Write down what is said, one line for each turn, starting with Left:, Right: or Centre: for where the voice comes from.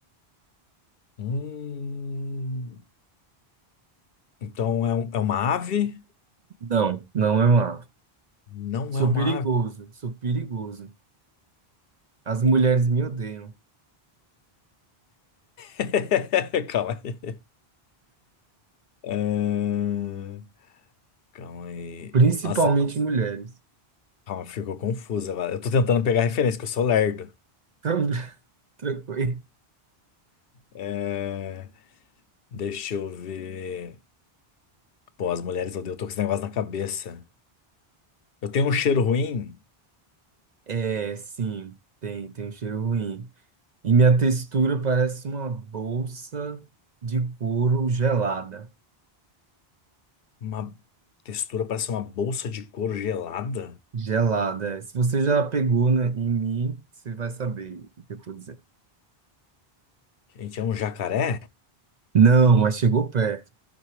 Left: Hum, então é, um- é uma ave?
Right: não, não é um ave.
Left: Não
Right: Sou
Left: é uma
Right: perigoso,
Left: ave.
Right: sou perigoso. As mulheres me odeiam,
Left: <laughs> Calma aí. Ahn, calma aí.
Right: principalmente
Left: Nossa,
Right: mulheres.
Left: calma, ficou confusa agora. Eu tô tentando pegar referência, que eu sou lerdo.
Right: <laughs> Tran- Tranquilo.
Left: É, deixa eu ver. Pô, as mulheres odeiam, eu tô com esse negócio na cabeça. Eu tenho um cheiro ruim?
Right: É, sim, tem, tem um cheiro ruim. E minha textura parece uma bolsa de couro gelada.
Left: Uma textura, parece uma bolsa de couro gelada.
Right: Gelada. é. Se você já pegou, né, em mim, você vai saber o que eu tô dizendo.
Left: Gente, é um jacaré?
Right: Não, mas chegou perto.